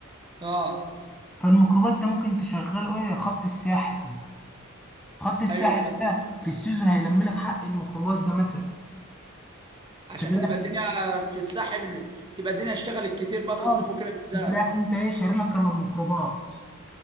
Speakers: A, on the right (about 20°); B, in the centre.
A: اه
B: فالميكروباص ده ممكن تشغله ايه خط الساحل خط الساحل
A: ايوه فاهم
B: ده في السيزون هيلم لك حق الميكروباص ده مثلا
A: عشان
B: تجي
A: بتبقى
B: رايح
A: الدنيا في الساحل بتبقى الدنيا اشتغلت كتير بقى في
B: اه
A: الصيف وكده بالذات
B: تجي رايح انت ايه شاري لك كمان ميكروباص